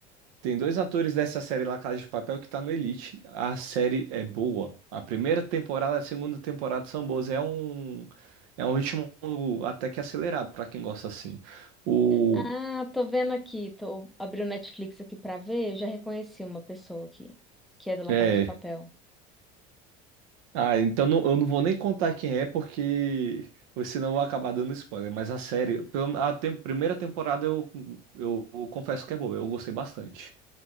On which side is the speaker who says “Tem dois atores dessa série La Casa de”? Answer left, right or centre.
Right